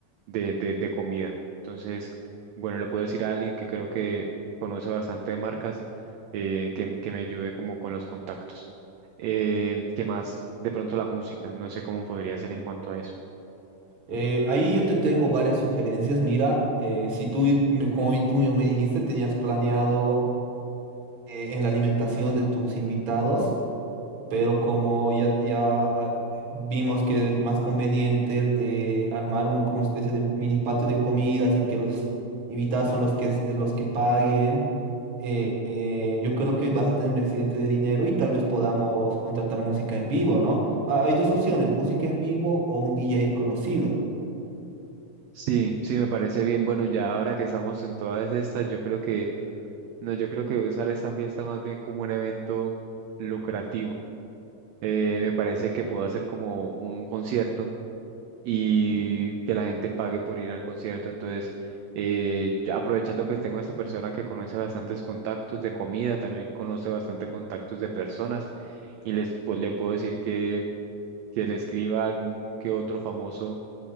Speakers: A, on the right; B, on the right.
A: de, de, de comida. Entonces, bueno, le puedo decir a alguien que creo que conoce bastante de marcas eh, que, que me ayude como con los contactos. Eh, ¿qué más? De pronto la música. No sé cómo podría ser en cuanto a eso.
B: Eh, ahí yo te tengo varias sugerencias. Mí- Mira, eh, si tú, di- me- como tú mismo me dijiste, tenías planeado eh, en la alimentación de tus invitados. pero como ya, ya ah, vimos que es más conveniente el de armar un, como una especie de mini patio de comidas y que los invitados son los que, s- los que paguen, eh, eh, yo creo que vas a tener un excedente de dinero y tal vez podamos contratar música en vivo, ¿no? Ah, Hay dos opciones, música en vivo o un DJ conocido.
A: Sí, sí, me parece bien. Bueno, ya ahora que estamos en todas estas, yo creo que, no, yo creo que voy a usar esta fiesta más bien como un evento lucrativo. Eh, me parece que puedo hacer como un concierto y que la gente pague por ir al concierto. Entonces, eh, ya aprovechando que tengo esta persona que conoce bastantes contactos de comida, también conoce bastante contactos de personas y les pues, le puedo decir que, que le escriba a algún que otro famoso